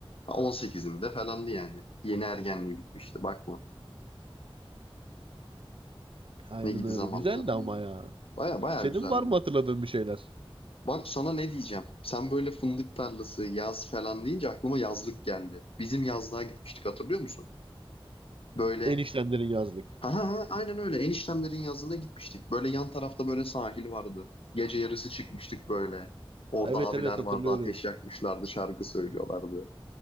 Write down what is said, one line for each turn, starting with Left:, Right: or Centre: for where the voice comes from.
Left: Ha, 18'inde falandı yani. Yeni ergenliği bitmişti bakma.
Right: Aynen
Left: Ne gidi
Right: öyle.
Left: zamanlardı
Right: Güzeldi ama
Left: yani.
Right: ya.
Left: Baya baya
Right: Senin
Left: güzeldi.
Right: var mı hatırladığın bir şeyler?
Left: Bak sana ne diyeceğim. Sen böyle fındık tarlası, yaz falan deyince aklıma yazlık geldi. Bizim yazlığa gitmiştik hatırlıyor musun? Böyle
Right: Eniştenlerin yazlık.
Left: ha ha ha, aynen öyle eniştemlerin yazlığına gitmiştik. Böyle yan tarafta böyle sahil vardı. Gece yarısı çıkmıştık böyle. Orada
Right: Evet
Left: abiler
Right: evet hatırlıyorum.
Left: vardı ateş yakmışlardı şarkı söylüyorlardı.